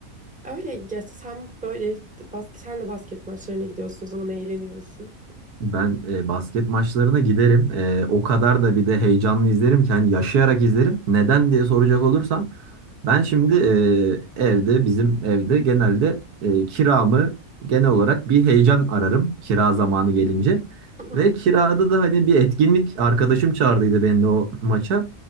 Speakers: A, in the centre; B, on the right.
A: öyle ya sen böyle basket, sen de basket maçlarına gidiyorsun o zaman eğleniyorsun.
B: Ben e, basket maçlarına giderim. E, o kadar da bir de heyecanlı izlerim ki hani yaşayarak izlerim. Neden diye soracak olursam ben şimdi e, evde bizim evde genelde e, kiramı genel olarak bir heyecan ararım kira zamanı gelince.
A: <laughs>
B: Ve kirada da hani bir etkinlik arkadaşım çağırdıydı beni de o maça.